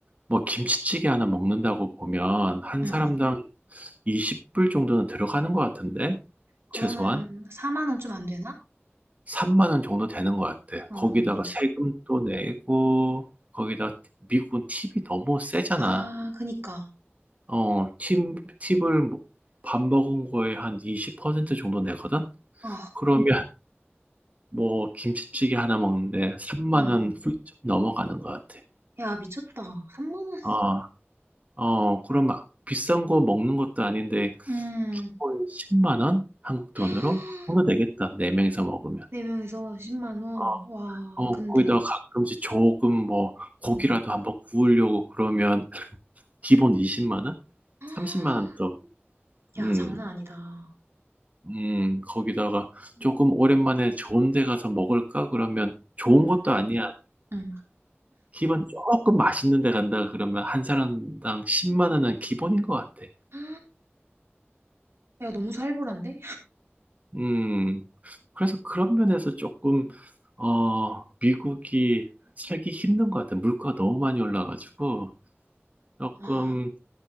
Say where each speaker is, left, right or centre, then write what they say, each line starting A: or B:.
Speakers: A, on the right (about 35°); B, on the right (about 70°).
A: 뭐 김치찌개 하나 먹는다고 보면 한
B: 음.
A: 사람당 20불 정도는 들어가는 것 같은데
B: 그러면
A: 최소한
B: 4만 원 좀 안 되나?
A: 3만 원 정도 되는 것 같아.
B: 어,
A: 거기다가 세금도 내고 거기다 미국은 팁이 너무 세잖아.
B: 아, 그니까.
A: 어, 팁, 팁을 뭐밥 먹은 거에 한 20% 정도 내거든?
B: 아,
A: 그러면 뭐 김치찌개 하나 먹는데 3만
B: 음.
A: 원 훌쩍 넘어가는 것 같아.
B: 야, 미쳤다. 3만 원?
A: 어, 어, 그럼 막 비싼 거 먹는 것도 아닌데
B: 음.
A: 기본 10만 원? 한국 돈으로?
B: <gasps>
A: 그 정도 되겠다. 네명이서 먹으면.
B: 4명에서 10만 원.
A: 어,
B: 와, 근데,
A: 어, 거기다가 가끔씩 조금 뭐 고기라도
B: 음.
A: 한번 구우려고 그러면 기본 20만 원?
B: <gasps>
A: 30만 원 또.
B: 야,
A: 음,
B: 장난 아니다.
A: 음, 거기다가 조금 오랜만에 좋은 데 가서 먹을까? 그러면 좋은
B: 음,
A: 것도 아니야.
B: 음.
A: 기본 조금 맛있는 데 간다 그러면 한 사람당 10만 원은 기본인 것 같아.
B: 아, 야, 너무 살벌한데?
A: 음, 그래서 그런 면에서 조금, 어, 미국이 살기 힘든 것 같아. 물가가 너무 많이 올라가지고, 조금
B: 아,